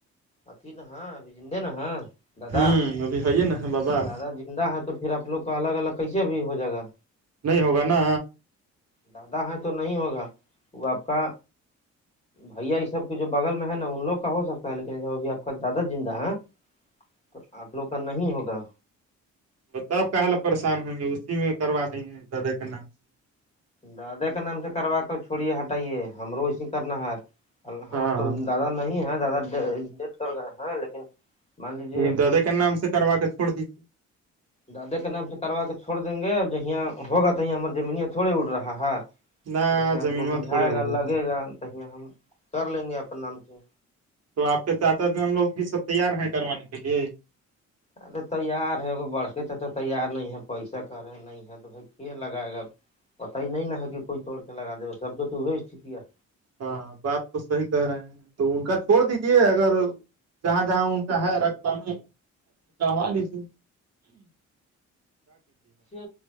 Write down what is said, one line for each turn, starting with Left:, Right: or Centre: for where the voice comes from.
Left: اھی نا ہاں ابھی زندے نا ہیں دادا
Right: ہوں ابھی ہے نا بابا
Left: تو دادا زندہ ہے تو پھر آپ لوگ کا الگ الگ کیسے بھی ہو جائے گا
Right: نہیں ہوگا نا
Left: دادا ہیں تو نہیں ہوگا وہ آپ کا بھیا یہ سب کے جو بغل میں ہے نا ان لوگ کا ہو سکتا ہے لیکن جب ابھی آپ کا زیادہ زندہ ہے تو آپ لوگ کا نہیں ہوگا
Right: تب کہ حال پریشان ہوں گے اسی میں کروا نہیںیں دادا کے نام سے
Left: دادا کے نام سے کروا کر چھوڑیے ہٹائیے ہمرو ایسے کرنا ہے ہمار
Right: ہاں
Left: تو دادا نہیں ہیں دادا ڈیٹ کر گئے ہیں لیکن مان لیجیے
Right: لیکن دادا کے نام سے کروا کے چھوڑ دیجیے
Left: دادے کے نام سے کروا کے چھوڑ دیں گے ج یہیاں ہوگا تویں ہمار زمینیاں تھوڑی اڑ رہا ہے
Right: نہ
Left: جی
Right: زمینواں
Left: ہم کو بجھائے
Right: تھوڑے اڑ
Left: گا
Right: رہا
Left: لگے
Right: ہے
Left: گا تیں ہم کر لیں گے اپنا نام چ
Right: تو آپ چار چا ہم لوگ بھی سب تیار ہیں کروانے کے لیے
Left: ارے تیار ہے ا بڑھک چ تو تیار نہیں ہے پیسا کرے نہیں تو بھائی کی لگائے گا پت ہی نہیں نا ہے کہ کوئی توڑ کے لگا د سب بھی تو استھتی ہے
Right: ہاں بات تو صحیح کرہ رہے ہیں تو ان کا چھوڑ دیجے اگر جہاں جہاں ان کا ہے رقبہ میں تووال سے
Left: ے